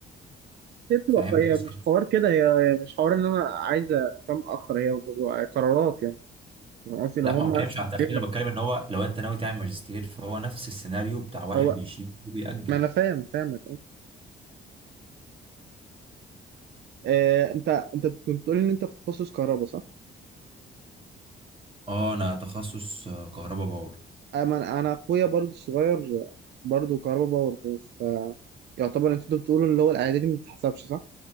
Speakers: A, on the right; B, on the right.
A: هي بتبقى
B: فاهم
A: هي
B: بتسقط
A: مش حوار كده هي هي مش حوار ان انا عايز فاهم اخر هي بتبقى قرارات يعني أنا قصدي لو
B: لا
A: هم
B: ما بتكلمش
A: أصلاً-
B: على التأخير انا بتكلم ان هو لو انت ناوي تعمل ماجستير فهو نفس السيناريو بتاع واحد
A: او
B: بيشيل وبيأجل
A: ما انا فاهم فاهمك آه انت انت بتقول ان انت في تخصص كهرباء صح؟
B: اه انا تخصص آه، كهرباء باور
A: انا انا اخويا برضو الصغير برضو كهربا باور هو في يعتبر انت بتقولوا اللي هو الاعدادي ما بتتحسبش صح